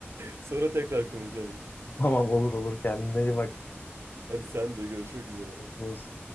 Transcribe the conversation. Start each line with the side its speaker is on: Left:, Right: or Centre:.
Right: Sonra tekrar konuşalım.
Left: Tamam olur olur kendine iyi bak.
Right: Hadi sen de görüşmek üzere.
Left: Görüşürüz.